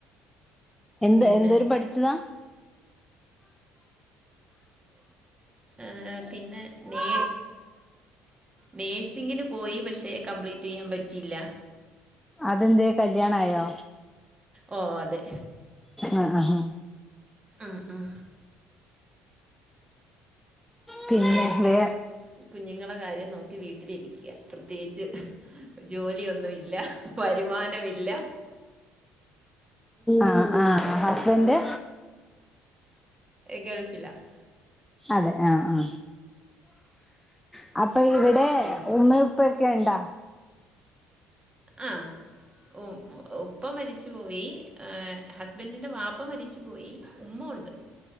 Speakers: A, in the centre; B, on the right (about 20°).
A: എന്ത്
B: പിന്നെ
A: എന്തോരംപഠിച്ചതാ
B: എ എ പിന്നെ നേ നേഴ്സിങ്ങിന് പോയി പക്ഷേ കംപ്ലീറ്റെയ്യാൻ പറ്റിയില്ല
A: അതെന്തെ കല്യാണായോ
B: ഓ അതെ
A: ആ ആ ആ
B: ആ ആ
A: പിന്നെ
B: അതുകൊണ്ടിപ്പം
A: വേ
B: കുഞ്ഞുങ്ങളെ കാര്യം നോക്കി വീട്ടിലിരിക്കുക പ്രത്യേകിച്ച് ജോലിയൊന്നുമില്ല വരുമാനമില്ല
A: ആ ആ ഹസ്ബൻറ്
B: ഗൾഫിലാണ്
A: അതെ ആ ആ ഓ <unintelligible> ഇപ്പൊ ഇവിടെ
B: പിന്നെ
A: ഉമ്മേം ഉപ്പ ക്കെ ഇണ്ടാ?
B: ആ ഉ ഉപ്പ മരിച്ചുപോയി ഹസ്ബന്റിന്റെ വാപ്പ മരിച്ചു പോയി ഉമ്മ ഉണ്ട്